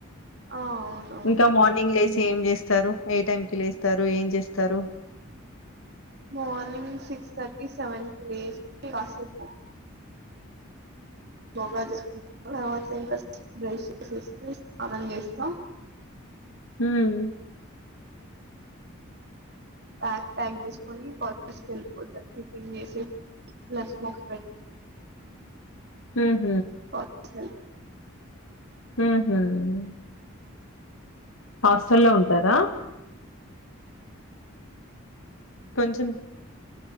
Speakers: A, on the right (about 50°); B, on the left (about 75°).
A: ఆ అవునవును
B: ఇంకా మార్నింగ్ లేచి ఏం చేస్తారు ఏ టైం కి లేస్తారు ఏం చేస్తారు
A: మార్నింగ్ సిక్స్ థర్టీ సెవెన్ కి లేచి కాసేపు యోగా చేసుకుంటా తర్వాత ఇంకా బ్రష్ చేసేసి స్నానం చేస్తా
B: హ్మ్
A: బ్యాగ్ ప్యాక్ తీసుకొని ఆఫీస్కీ వెళ్ళిపోతారు టిఫిన్ చేసి స్మాక్స్ పెట్
B: హ్మ్
A: <unintelligible>
B: మ్మ్ హ్మ్ హాస్టల్ల్లో ఉంటారా కొంచం